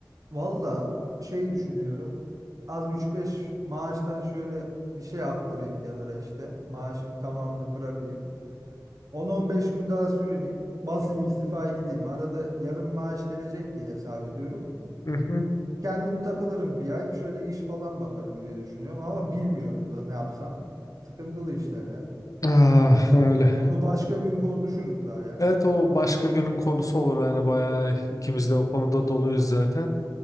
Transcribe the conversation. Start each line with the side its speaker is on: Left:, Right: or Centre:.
Right: Valla şey düşünüyorum. Az üç beş maaştan şöyle bir şey attırayım kenara işte. Maaşın tamamını bırakayım. on on beş gün daha sürüneyim. Basayım istifa gideyim. Arada yarım maaş gelecek diye hesap ediyorum.
Left: Hı hı.
Right: Kendim takılırım bir ay. Şöyle iş falan bakarım diye düşünüyorum. Ama bilmiyorum da ne yapsam. Sıkıntılı işler ya.
Left: Ah, öyle.
Right: Onu başka bir gün konuşuruz daha ya.
Left: Evet o başka günün konusu olur yani bayağı ikimiz de o konuda doluyuz zaten.